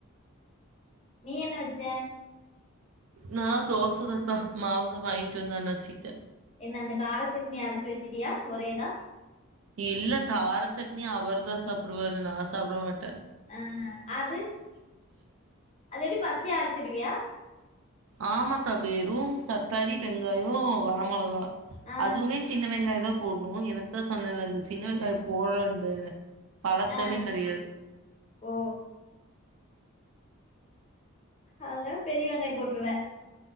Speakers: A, on the left; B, on the right.
A: நீ என்ன வச்ச
B: நான் தோசத்தா க்கா மாவுத வாங்கிட்டு வந்தே அண்ணாச்சிட்ட
A: என்ன அந்த காரச்சட்னிய அரைச்சி வச்சிட்டியா ஒரேதா
B: இல்ல கார சட்னி அவர்தான் சாப்பிடுவாரு நான் சாப்பிட மாட்டேன்
A: அஹ் அது அது எப்படி பச்சையா அரைச்சிருவியா
B: ஆமத்த வேரும் தக்காளி வெங்காயம் வர மொளகா
A: ஆ
B: அதுவுமே சின்ன வெங்காய தான் போடணும் எனத்தான் சொன்னல அந்த சின்ன வெங்காயம் போடுற அந்த பழக்கமே
A: ஆ
B: கிடையாது
A: ஓ அதனால பெரிய வெங்காயம் போட்டுருவேன்